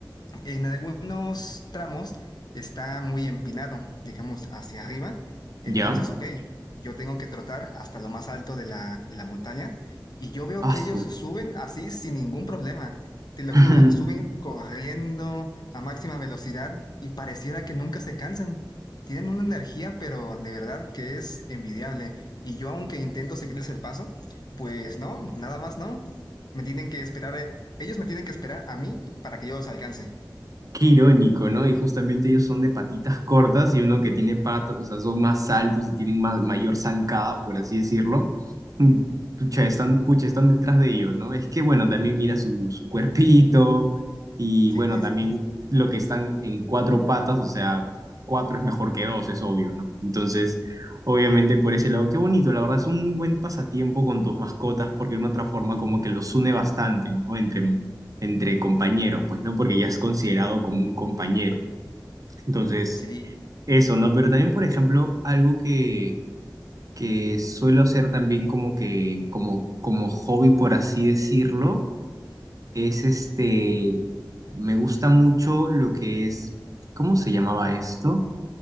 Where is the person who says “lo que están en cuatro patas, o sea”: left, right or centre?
Right